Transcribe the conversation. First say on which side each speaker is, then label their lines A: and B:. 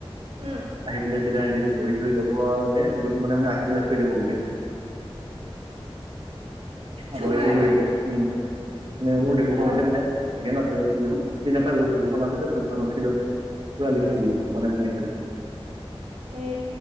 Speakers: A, on the right; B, on the right.
A: উম
B: আহি পেলাই চিধাই হেৰি বহি ধৰি লব আৰু এ গোটেই মানে মানে আকি পেলাই থৈ যাব গোটেই
A: তোমাৰ
B: আব হেৰি কৰিব উম মানে মোৰ টেবুল খনতে
A: অ
B: মানে <unintelligible> চকীখন ঢোকি নাপাই চকীখন আছিল যে চকীত উঠিল পোৰা
A: উম
B: লিখি থাকিব মনে মনে আহি পেলাই
A: এ